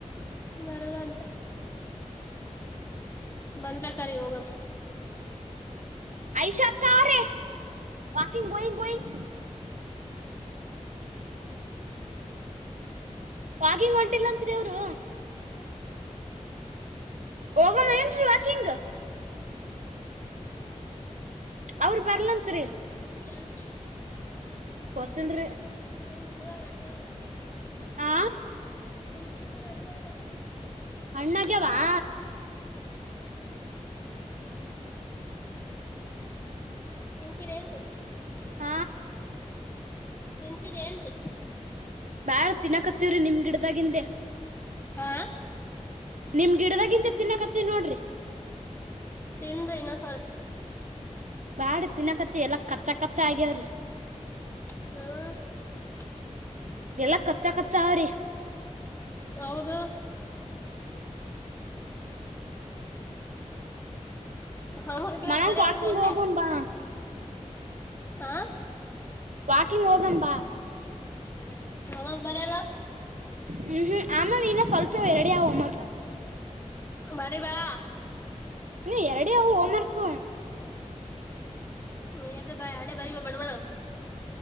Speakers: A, on the left; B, on the right.
A: ಬರಲ್ಲ ಅಂತ ಬಂದ ಕರಿ ಹೋಗ.
B: ಐಷಾ ಅಕ್ಕ ರೇ ವಾಕಂಗ್ ಗೋಯಿಂಗ್ ಗೋಯಿಂಗ್. ಪಾಗಿಂಗ್ ಹೊಂಟಿಲ್ಲ ಅಂತ್ರಿ ಅವರು.
A: ಹ
B: ಹೋಗಮ್ಮ ಏನ್ ರೀ ವಾಕಿಂಗ್. ಹ್ಮ್ ಅವ್ರ ಬರ್ಲಂತ್ರಿ.
A: ಎಲ್ಲತ್ತು
B: ಗೊತ್ತಿಲ್ರಿ.
A: ನಮ್ ಗಿಡದಾಗಣ್ಣಲ್ಲ.
B: ಆ
A: ಮು ನನ್ನಿ <unintelligible>
B: ಅಣ್ಣಾಗ್ಯವಾ....
A: ತಿಂತಿರೇನ್ರಿ.
B: ಹ
A: ತಿಂತೀರಿ ಏನ್ರಿೀ.
B: ಬಾಳ್ ತಿನ್ನ ಕತ್ತವ್ರಿ ನಿಮ್ ಗಿಡದಾಗಹಿಂದೆ.
A: ಹಾ
B: ನಿಮ್ ಗಿಡದಂತ ತಿನ್ನಾಕತ್ತವಿ ನೋಡ್ರಿ.
A: ತಿಂದು ಇನ್ನು ಸ್ವಲ್ಪ.
B: ಬಾಡ ತಿನ್ನಕತ್ತ ಎಲ್ಲಾ ಕರ್ಚ ಕರ್ಚ ಆಗ್ಯವ್ರಿ.
A: ಹ್ಮ್
B: ಎಲ್ಲ ಕಚ್ಚ ಕಚ್ಚ ಅವ್ರಿ.
A: ಹೌದು ಹಾ ಮರ್ಗಿಕ
B: ಮನ್ಯಾಗ
A: ಬರ
B: ವಾಕಿಂಗ್
A: ಬನ್ನ ಎಲ್ಲೆ.
B: ಹೋಗಂ ಬಾ
A: ಆ
B: ವಾಕಿಂಗ್ ಹೋಗನ್ಪಾ.
A: <unintelligible> ಹೋಂವರ್ಕ್ ಬರೆಯಲ
B: ಹ್ಮ್ ಹ್ಮ್ ಆಮಿನ ಸ್ವಲ್ಪ ಎರಡ ಹೋಮ್ವರ್ಕ್
A: ಬರೇ ಬಾ
B: ನೀ ಎರಡೇ ಅವು ಹೋಂವರ್ಕ್
A: ನೀ ಇದು ಬಾ ಎಡೆ ಬಾರಿ ಬಡವಣ